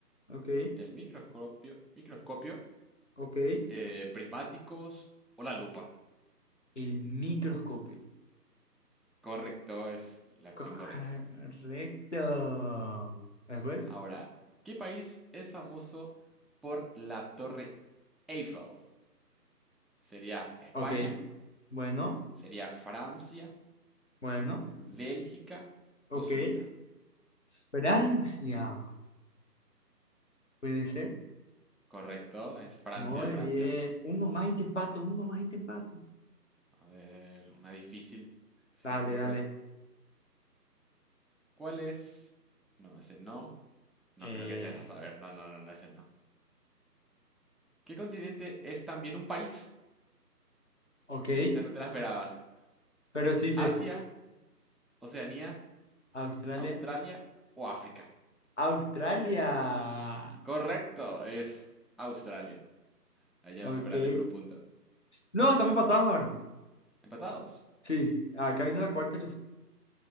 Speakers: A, on the left; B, in the centre.
A: ok,
B: el microscopio, microscopio
A: ok.
B: eh, prismáticos o la lupa.
A: El microscopio.
B: Correcto, es la opción
A: Correcto.
B: correcta.
A: Después,
B: Ahora, ¿qué país es famoso por la Torre Eiffel? ¿Sería España?
A: ok. Bueno,
B: ¿Sería Francia?
A: bueno,
B: ¿Bélgica
A: ok.
B: o Suiza?
A: Francia, puede ser.
B: Correcto, es Francia,
A: Muy
B: Francia.
A: bien. Uno más y te empato, uno más y te empato.
B: A ver, una difícil, se
A: Dale,
B: me ocurre.
A: dale.
B: ¿Cuál es? No, ese no. No
A: Eh,
B: creo que sea esa. A ver, no, no, no, no, ese no. ¿Qué continente es también un país?
A: ok,
B: Esa no te la esperabas.
A: pero sí sé.
B: ¿Asia, Oceanía,
A: Australia,
B: Australia o África?
A: Australia.
B: Correcto, es Australia. Ahí ya
A: Ok.
B: me superaste por un punto.
A: No, estamos empatados ahora.
B: ¿Empatados?
A: Sí,
B: Ok.
A: acá viene la cuarta.